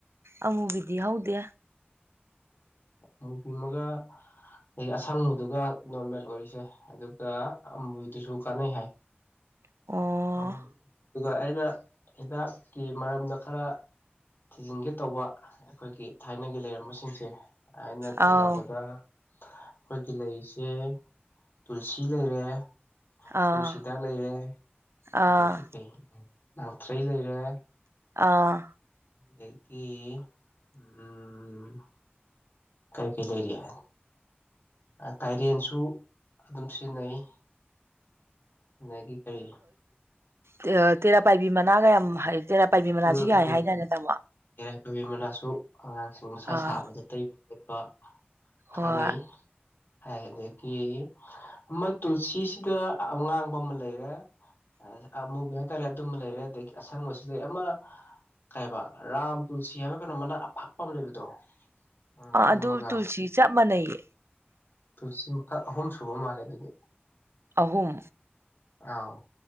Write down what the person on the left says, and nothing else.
ꯑꯣꯃꯒ ꯑꯗꯒꯤ ꯑꯁꯪꯕꯗꯨꯒ ꯅꯣꯔꯃꯦꯜ ꯑꯣꯏꯔꯤꯁꯦ ꯑꯗꯨꯒ ꯑꯃꯨꯗꯨꯁꯨ ꯀꯥꯟꯅꯩ ꯍꯥꯏ
ꯑ ꯑꯗꯨꯒ ꯑꯩꯅ ꯍꯤꯗꯥꯛꯀꯤ ꯃꯔꯝꯗ ꯈꯔ ꯊꯤꯖꯤꯟꯒꯦ ꯇꯧꯕ ꯑꯩꯈꯣꯏꯒꯤ ꯊꯥꯏꯅꯒꯤ ꯂꯩꯔꯝꯕꯁꯤꯡꯁꯦ ꯑꯩꯅ ꯊꯦꯡꯅꯕꯗ
ꯑꯩꯈꯣꯏꯒꯤ ꯂꯩꯁꯦ ꯇꯨꯜꯁꯤ ꯂꯩꯔꯦ
ꯅꯨꯡꯁꯤꯗꯥꯛ ꯂꯩꯔꯦ
ꯑꯗꯒꯤ ꯀꯩ ꯉꯥꯡꯊ꯭ꯔꯩ ꯂꯩꯔꯦ
ꯎꯝ ꯀꯔꯤ ꯀ ꯂꯩ ꯂꯩꯔꯤꯌꯥ ꯇꯥꯏꯔꯦꯟꯁꯨ ꯑꯗꯨꯝ ꯁꯤꯖꯤꯟꯅꯩ ꯑꯒꯤ ꯀꯔꯤ
ꯎꯝ
ꯎꯝ
ꯏꯔꯥꯏ ꯄꯥꯏꯕꯤ ꯃꯅꯥꯁꯨ ꯑꯉꯥꯡꯁꯤꯡ ꯃꯁꯥ
ꯁꯥꯕꯗ ꯇꯩꯕ ꯎꯠꯄ ꯀꯥꯟꯅꯩ
ꯍꯥꯏ ꯑꯗꯒꯤ ꯑꯃ ꯇꯨꯜꯁꯤꯁꯤꯗ ꯑꯉꯥꯡꯕ ꯑꯃ ꯂꯩꯔꯦ ꯑꯃ ꯃꯨꯕꯤ ꯍꯥꯏꯇꯥꯔꯦ ꯑꯗꯨꯝꯕ ꯂꯩꯔꯦ ꯑꯗꯒꯤ ꯑꯁꯪꯕꯁꯨ ꯂꯩ ꯑꯃ ꯀꯩꯕ ꯔꯥꯝ ꯇꯨꯜꯁꯤ ꯍꯥꯏꯕ ꯀꯩꯅꯣ ꯃꯅ ꯑꯄꯥꯛꯄ ꯑꯃ ꯂꯩꯕꯗꯣ ꯑꯣ
ꯑꯗꯨꯃꯒ
ꯇꯨꯜꯁꯤ ꯃꯈꯛ ꯑꯍꯨꯝ ꯁꯨꯕ ꯃꯥꯜꯂꯦ ꯑꯗꯨꯗꯤ
ꯑꯥꯎ